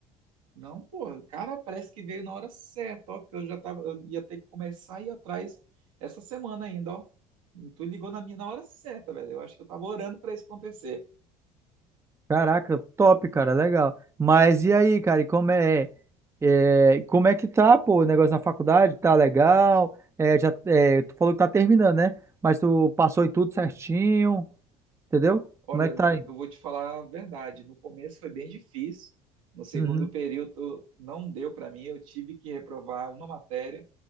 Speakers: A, on the right; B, on the right.
A: Não, pô, cara, parece que veio na hora certa, ó, porque eu já tava, eu ia ter que começar a ir atrás essa semana ainda, ó. Tu ligou na minha na hora certa, velho. Eu acho que eu tava orando para isso acontecer.
B: Caraca, top, cara, legal. Mas e aí, cara, e como é, é, como é que tá, pô, o negócio na faculdade? Tá legal? É, já, é, tu falou que tá terminando, né? Mas tu passou em tudo certinho, entendeu?
A: Olha,
B: Como é que tá aí?
A: eu vou te falar a verdade. No começo foi bem difícil. No segundo
B: Uhum,
A: período não deu para mim. Eu tive que reprovar uma matéria.